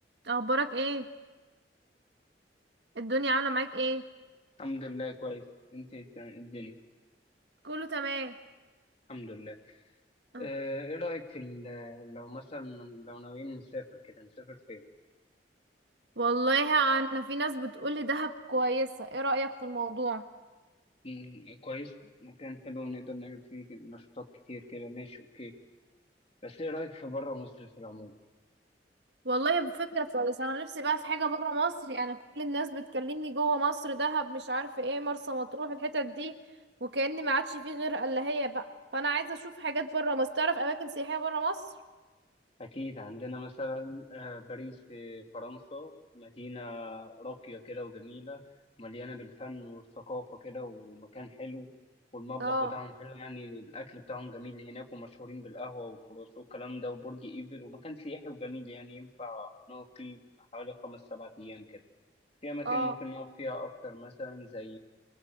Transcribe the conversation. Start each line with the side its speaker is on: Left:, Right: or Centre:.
Right: اخبارك ايه الدنيا عامله معاك ايه
Left: الحمد لله كويس انت انت- الدنيا
Right: كله تمام
Left: الحمد لله
Right: آه.
Left: اه، ايه رأيك في ال- لو مثلا لو ناويين نسافر كده نسافر فين
Right: والله انا في ناس بتقولي دهب كويسه ايه رايك في الموضوع
Left: مم، كويس مكان حلو نقدر نعمل فيه نشاطات كتير كده ماشي اوكي بس ايه رأيك في بره مصر في العموم
Right: والله فكره كويسه انا نفسي بقى في حاجه بره مصر يعني كل الناس بتكلمني جوه مصر دهب مش عارفه ايه مرسى مطروح الحتت دي وكأن ما عادش فيه غير الا هي بقى فانا عايزه اشوف حاجات بره مصر تعرف اماكن سياحيه بره مصر
Left: أكيد عندنا مثلا آه، باريس في فرنسا مدينة راقية كده وجميلة ومليانة بالفن والثقافة كده ومكان حلو والمطبخ
Right: اه
Left: بتاعهم حلو يعني الأكل بتاعهم جميل هناك ومشهورين بالقهوة والكرواسون والكلام ده وبرج إيفل ومكان سياحي وجميل يعني ينفع نقعد فيه حوالي خمس سبعة أيام كده في أماكن
Right: اه
Left: ممكن نقعد فيها أكتر مثلا زي